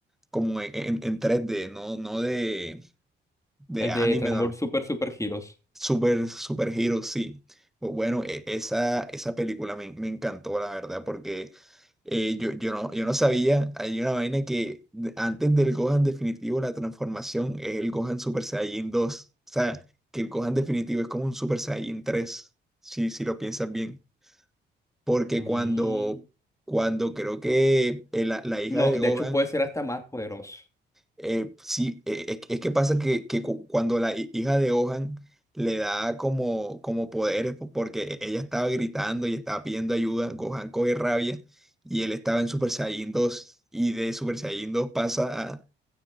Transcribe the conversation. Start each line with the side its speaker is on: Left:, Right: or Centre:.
Centre: como en, en- en 3D, no, no de, de
Left: El
Centre: anime
Left: de Dragon Ball Super Super Heroes.
Centre: Super, super Hero, sí. Bu- Bueno, e- esa, esa película me, me encantó, la verdad, porque eh, yo, yo no, yo no sabía, hay una vaina que de- antes del Gohan definitivo, la transformación es el Gohan Super Saiyajin dos O sea, que el Gohan definitivo es como un Super Saiyajin 3 si, si lo piensas bien. Porque
Left: Mm,
Centre: cuando, cuando creo que eh, la, la hija
Left: No,
Centre: de
Left: de
Centre: Gohan
Left: hecho puede ser hasta más poderoso.
Centre: eh, sí, eh, es, es que pasa que, que cu- cuando la hi- hija de Ohan le da como, como poderes, po- porque e- ella estaba gritando y estaba pidiendo ayuda, Gohan coge rabia y él estaba en Super Saiyan 2 y de Super Saiyan 2 pasa a